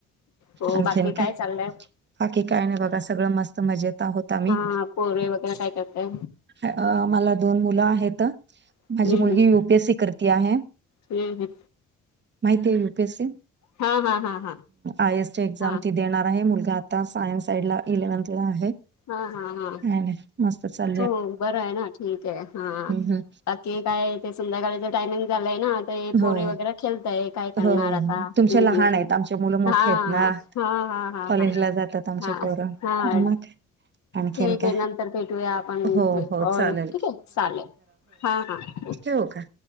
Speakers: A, on the left (about 65°); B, on the right (about 35°).
A: हो
B: आणखी
A: बाकी
B: काय
A: चाललंय
B: हकी काय नाही बघा सगळं मस्त मजेत आहोत आम्ही
A: हा पोरे वगैरे काय करताय
B: अ मला दोन मुलं आहेत.
A: हम्म
B: माझी मुलगी
A: हम्म
B: युपीएस सी करती आहे
A: हम्म हम्म
B: माहिती आहे युपीएस सी
A: हा हा हा.
B: आय ए एस ची एक्झाम
A: हा
B: ती देणार आहे मुलगा आता सायन्स साइड ला इलेव्हनथला आहे.
A: हा हा हा
B: आधीच ह मस्त चालु
A: हो बरं आहे ना ठीक आहे हा
B: हं.
A: बाकी कायते संध्याकाळीच टायमिंग झालंय ना. ते पोरे
B: हो.
A: वगैरे खेळतय काय करणार
B: हो,
A: आता
B: हो.
A: हम्म
B: तुमचे लहान
A: हम्म
B: आहेत, आमचे मुलं मोठे
A: हा.
B: आहेत ना.
A: हा हा हा
B: कॉलेजला जातात आमचे
A: हा हा
B: पोरं.
A: हा
B: मग आणखीन
A: ठीक
B: काय?
A: आहे नंतर भेटू. आप
B: हो, हो. चालेल.
A: ठीके चाले हा ह.
B: यु का?